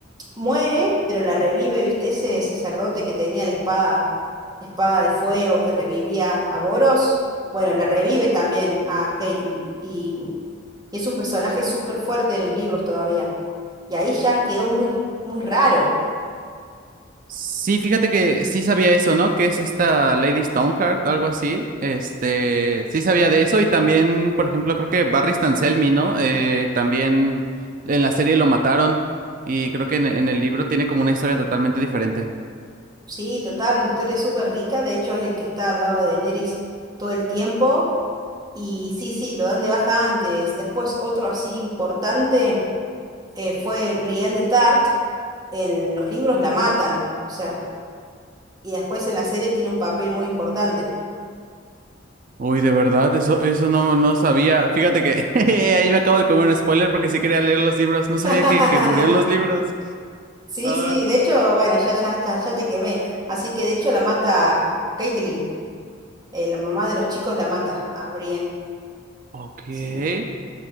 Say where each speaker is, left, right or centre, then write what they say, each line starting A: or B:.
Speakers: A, on the right (about 20°); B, on the right (about 40°).
A: muere, pero la revive, ¿viste? Ese sacerdote que tenía la espada, la espada de fuego que revivía a Boros. Bueno, la revive también a Caitlyn y, y es un personaje súper fuerte en los libros todavía. Y ahí ya quedó muy, muy raro.
B: sí, fíjate que sí sabía eso, ¿no? Que es esta Lady Stoneheart, algo así. Este, sí sabía de eso y también, por ejemplo, creo que Barry Selmy, ¿no? Eh, también en la serie lo mataron y creo que en, en el libro tiene como una historia totalmente diferente.
A: Sí, total, una historia súper rica. De hecho, es el que está al lado de Daenerys todo el tiempo. Y sí, sí, lo dan de baja antes. Después otro así importante eh, fue Brienne de Tart. En los libros la matan. O sea, Y después en la serie tiene un papel muy importante.
B: Uy, de verdad, eso, eso no, no sabía. Fíjate que <laughs> ahí me acabo de comer un spoiler porque sí quería leer los libros. No sabía
A: <laughs>
B: que, que murieron los libros.
A: Sí,
B: Ah,
A: sí, de hecho, bueno, ya, ya, está, ya te quemé. Así que de hecho la mata Caitlyn, eh, la mamá de los chicos la mata a Brienne.
B: ok.
A: Sí.